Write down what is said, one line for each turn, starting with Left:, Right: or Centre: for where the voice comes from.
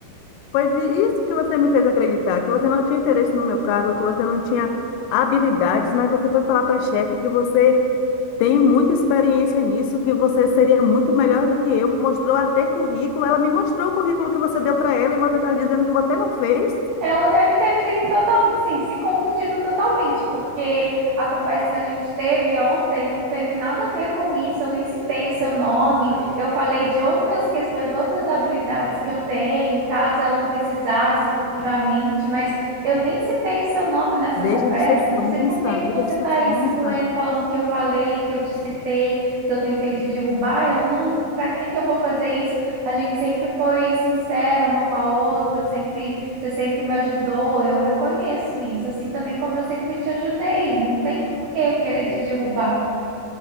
Left: foi vi- isso que você me fez acreditar, que você não tinha interesse no meu cargo, que você não tinha habilidades, mas você foi falar para a chefe que você Tem muita experiência nisso que você seria muito melhor do que eu. Mostrou até currículo. Ela me mostrou o currículo que você deu para ela e você está dizendo que você não fez.
Right: Ela deve ter feito total, sim, se confundido totalmente, porque a conversa que a gente teve ontem não teve nada a ver com isso, eu nem citei o seu nome, eu falei de outras questões, outras habilidades que eu tenho, caso ela precisasse futuramente, mas eu nem citei o seu nome nessa
Left: Deixa
Right: conversa,
Left: de ser
Right: eu
Left: sonsa,
Right: não sei por que que
Left: deixa
Right: você
Left: de
Right: está
Left: ser
Right: aí
Left: sonsa.
Right: se doendo, falando que eu falei, que eu te citei, que eu tentei te derrubar, eu não, para que que eu vou fazer isso? A gente sempre foi sincera uma com a outra, eu sempre você sempre me ajudou, eu reconheço isso, assim também como eu sempre te ajudei. Não tem por que eu querer te derrubar.